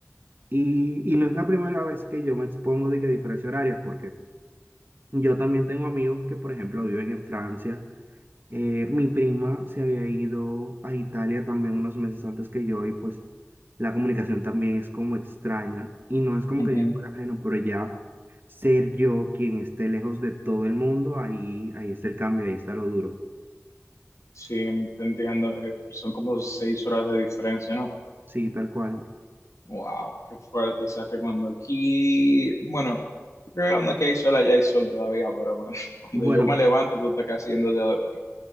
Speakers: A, on the right (about 45°); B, on the left (about 80°).
A: Y, y no es la primera vez que yo me expongo de que diferencia horaria, porque yo también tengo amigos que, por ejemplo, viven en Francia eh, mi prima se había ido a Italia también unos meses antes que yo y pues la comunicación también es como extraña y no es como
B: Ujú.
A: que yo fuera ajeno, pero ya ser yo quien esté lejos de todo el mundo, ahí, ahí está el cambio, ahí está lo duro.
B: Sí, te entiendo, eh, son como seis horas de diferencia, ¿no?
A: Sí, tal cual.
B: Wow, qué fuerte, o sea que cuando aquí, bueno, yo creo que cuando aquí hay sol, allá hay sol todavía, pero cuando, <laughs> cuando
A: Bueno,
B: yo me levanto, tú estás casi yéndote a dormir.